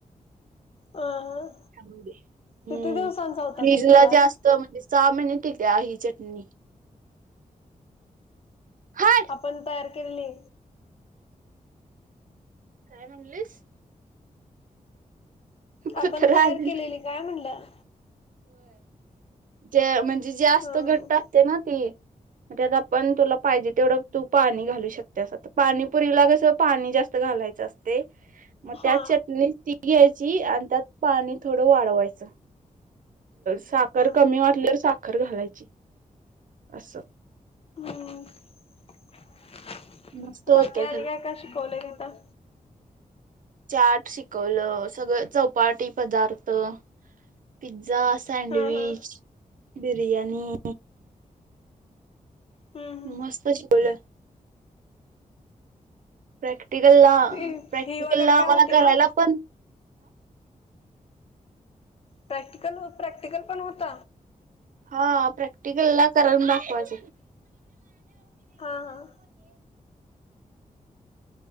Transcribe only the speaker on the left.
अ ह
किती दिवसांचा होता
तरी
क्लास
आपण तयार केली.
आपण
तयार
केलेली काय म्हटलं.
ह
हा
अ
हम्म
बाकी्याया
कश गॉलेज ब <unintelligible>
हा हा
हम्म
हम्
फी वगैरे
काय
होती का
प्रॅक्टिकल प्रॅक्टिकल पण होत?
हा हा